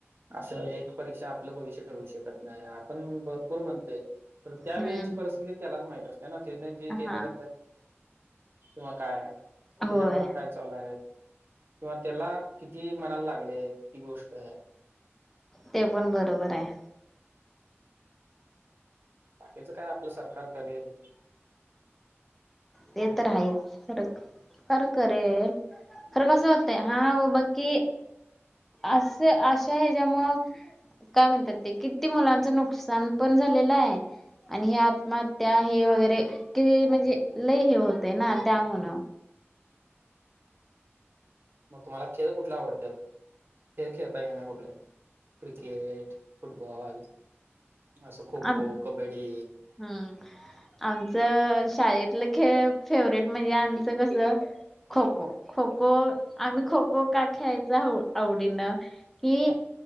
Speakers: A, on the right; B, in the centre.
A: असं एक परीक्षा आपलं भविष्य ठरवू शकत नाही, आपण भरपूर म्हणतोय, तर त्या
B: हम्म
A: वेळेची परिस्थिती त्यालाच माहित असते ना. त्याने जे केलेलं
B: हा
A: किंवा काय?
B: होय
A: त्याच्या मनात काय? चला ए ब- किंवा त्याला किती मनाला लागले ती गोष्ट.
B: ते पण बरोबर आहे.
A: बाकीचं काय आपलं सरकार करेल.
B: ते तर आहेच फरक. खरं करेल, खरं कसं होतं हा बा कि असे अशा हे ज्यामुळं काय म्हणतात ते किती मुलांचं नुकसान पण झालेलं आहे? आणि हे आत्महत्या हे वगैरे कि ती म्हणजे लय हे होतय ना त्यामुळं -
A: मग तुम्हाला खेळ कुठला आवडत्यात? खेळ खेळता येण्या कुठलं आहे? Cricket -football. असं खो-
B: आम
A: खो, कबड्डी.
B: हम्म.. आमचं शाळेतलं खेळ फेवरेट म्हणजे आमचं कस खो-खो. खो-खो आम्ही खो-खो का खेळायचं आवडीनं कि